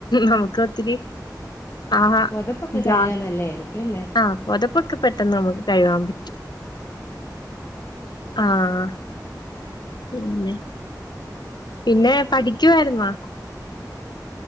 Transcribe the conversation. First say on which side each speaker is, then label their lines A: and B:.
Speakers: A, on the left; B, on the left.
A: നമുക്ക് ഒത്തിരി. ആഹാ
B: പൊതപ്പൊക്കെ
A: എന്താ
B: കഴുകാൻ നല്ലായിരിക്ക്യുല്ലെ?
A: ആഹ് പൊതപ്പൊക്കെ പെട്ടെന്ന് നമുക്ക് കഴുകാൻ പറ്റും ആഹ്. പിന്നെ. പിന്നെ പഠിക്ക്യുവായിര്ന്നോ?